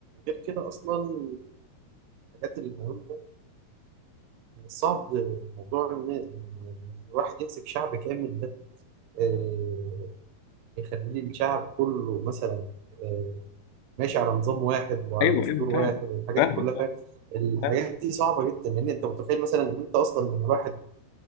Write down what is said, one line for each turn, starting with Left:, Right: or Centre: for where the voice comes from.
Right: غير كده أصلا الحاجات المهمة صعب موضوع إن إن الواحد يمسك شعب كامل ده آه، يخليه الشعب كله مثلا آه، ماشي على نظام واحد وعلى
Left: ايوه
Right: دستور
Left: ايوه
Right: واحد
Left: فاهم
Right: والحاجات
Left: فاهمك
Right: دي كلها فاهم
Left: فاهم
Right: الحاجات
Left: فاهم
Right: دي صعبة جدا لأن أنت متخيل مثلا إن أنت أصلا لما الواحد